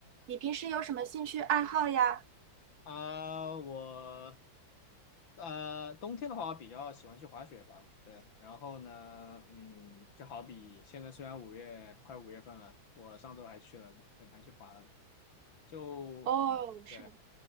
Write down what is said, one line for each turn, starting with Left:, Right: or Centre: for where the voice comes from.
Right: 你平时有什么兴趣爱好呀？
Left: 啊、我呃，冬天的话，我比较喜欢去滑雪吧。对，然后呢，嗯，就好比现在虽然五月快五月份了，我上周还去了呢，对，还去滑了。就，
Right: 哦，
Left: 嗯对，
Right: 是吧？